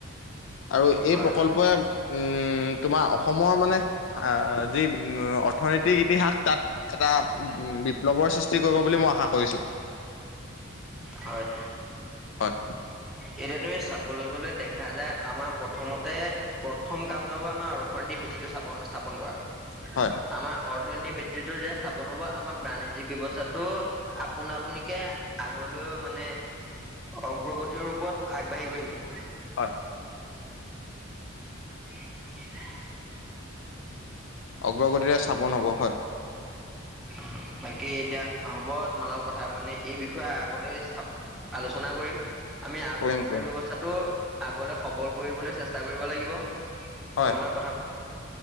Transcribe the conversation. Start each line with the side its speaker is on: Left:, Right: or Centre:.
Left: আৰু এই
Centre: হয়
Left: প্ৰকল্পই
Centre: হয়
Left: উম তোমাৰ অসমৰ মানে আ যি উম অৰ্থনৈতিক ইতিহাস তাত এটা উ বিপ্লৱৰ সৃষ্টি কৰিব বুলি মই আশা কৰিছো।
Centre: হয়।
Left: হয়।
Centre: এতিয়া তুমি চাবলৈ গলে দেখা যায় আমাৰ প্ৰথমতে প্ৰথম কামটো হ আমাৰ অৰ্থনীতিৰ ভিত্তিটো স্থাপন স্থাপন কৰা।
Left: হয়।
Centre: আমাৰ অৰ্থনীতি বৃত্তিতো যেতিয়া স্থাপন হব আমাৰ বাণিজ্যিক বৰ্ণীৰ্জিক ব্যৱস্থাটো আপোন আপুনিকে আগলৈও মানে অগ্ৰগতিৰ ৰূপত আগবাঢ়ি গৈ থাকিব।
Left: হয়।
Centre: <unintelligible>
Left: অগ্ৰগতিৰে চাবন হব হয়।
Centre: অ', বাকী এতিয়া হ'ব তোমালোকৰ কথা মানে এই বিষয়ে আগলৈ আলোচনা কৰিম আমি
Left: কৰিম
Centre: অৰ্থনীতি
Left: কৰিম
Centre: ব্যৱস্থাটো আগলে সবল কৰিবলৈ চেষ্টা চেষ্টা কৰিব লাগিব
Left: হয়
Centre: তোমালোকৰ কথা